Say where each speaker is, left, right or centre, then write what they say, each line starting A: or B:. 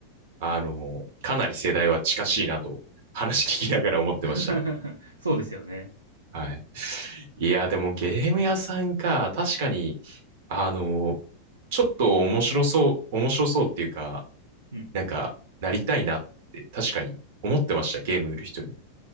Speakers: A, on the right (about 50°); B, on the right (about 75°).
A: あのーかなり世代は近しいなと、話聞きながら思ってました。
B: <laughs> そうですよね。
A: はい。いや、でもゲーム屋さんか、確かに、あのーちょっと面白そう、面白そうっていうか、
B: うん。
A: なんか、なりたいなって、確かに思ってました、ゲーム売る人に。